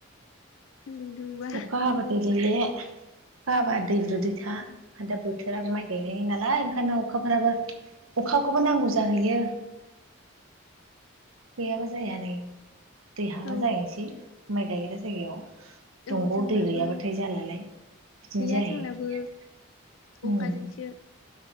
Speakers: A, on the left; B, on the right.
A: सान्दुं दुंबा
B: अखा हाबाथाय गेले गाबा दैब्रु दैैथा आरो दा बोथोराब माइ गायनायनि नालाय ओंखायनो अखाफोराबो अखाखौबो नांगौ जाहैयो गैयाबा जाया नै दैहाबा
A: औ
B: जाहैनोसै माइ गाइग्रा जायगायाव दंग'आव
A: औ जोंनाबो
B: दै गैयाब्लाथाय जालालाय बिदिनो
A: गैया
B: जायो
A: जोंनाबो
B: उम
A: अखाजोंसो